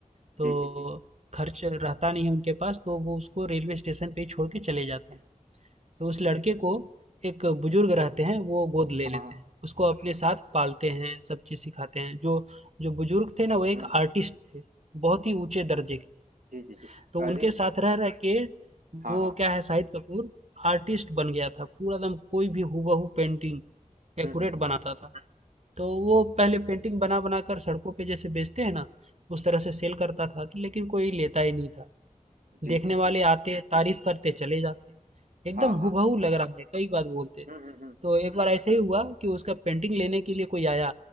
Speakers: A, on the right (about 55°); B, on the right (about 75°).
A: तो
B: जी जी जी
A: खर्च रहता नहीं है उनके पास तो वो उसको रेलवे स्टेशन पे ही छोड़ के चले जाते हैं। तो उस लड़के को एक बुजुर्ग रहते हैं, वो गोद ले
B: हाँ
A: लेते
B: हाँ
A: हैं। उसको अपने साथ पालते हैं, सब चीज़ सिखाते हैं। जो जो बुजुर्ग थे ना, वो एक
B: हम्म हम्म।
A: आर्टिस्ट थे, बहुत ही ऊँचे दर्जे के।
B: जी जी जी
A: तो उनके
B: अरे
A: साथ रह रह के
B: हाँ
A: वो
B: हाँ
A: क्या है शाहिद कपूर आर्टिस्ट बन गया था पूरा एकदम कोई भी हूबहू पेंटिंग
B: हम्म
A: एक्यूरेट
B: हम्म हम्म,
A: बनाता था तो वो पहले पेंटिंग बना बना कर सड़कों पे जैसे बेचते हैं ना उस तरह से सेल करता था लेकिन कोई लेता ही नहीं था
B: जी
A: देखने
B: जी
A: वाले
B: जी
A: आते तारीफ करते चले जाते एकदम
B: हाँ हाँ
A: हूबहू
B: हाँ
A: लग रहा है कई बार बोलते
B: हम्म हम्म हम्म
A: तो एक बार ऐसे ही हुआ कि उसका पेंटिंग लेने के लिए कोई आया